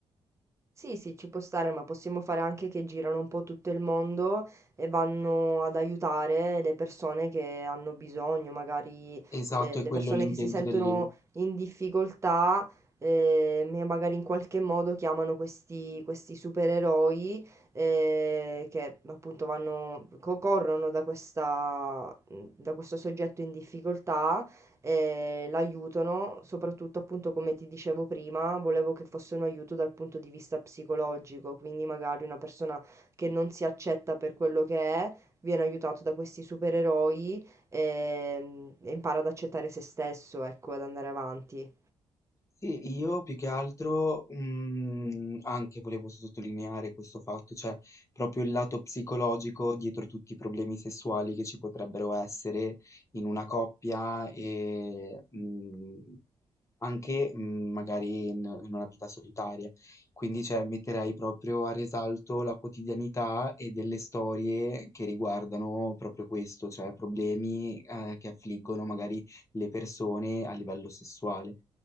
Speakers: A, on the right; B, on the left.
A: Sì, sì, ci può stare, ma possiamo fare anche che girano un po' tutto il mondo e vanno ad aiutare le persone che hanno bisogno, magari
B: Esatto,
A: eh,
B: è
A: le
B: quello
A: persone
B: l'intento
A: che si sentono
B: del libro.
A: in difficoltà eh, e magari in qualche modo chiamano questi, questi supereroi eh, che appunto vanno, co- corrono da questa, da questo soggetto in difficoltà eh, l'aiutano, soprattutto appunto come ti dicevo prima, volevo che fosse un aiuto dal punto di vista psicologico, quindi magari una persona che non si accetta per quello che è, viene aiutato da questi supereroi ehm, e impara ad accettare se stesso, ecco, ad andare avanti.
B: Sì, io più che altro mm, anche volevo sottolineare questo fatto, cioè proprio il lato psicologico dietro tutti i problemi sessuali che ci potrebbero essere in una coppia e, mm, anche mh, magari in, in una vita solitaria. Quindi, cioè, metterei proprio a risalto la quotidianità e delle storie che riguardano proprio questo, cioè problemi eh, che affliggono magari le persone a livello sessuale.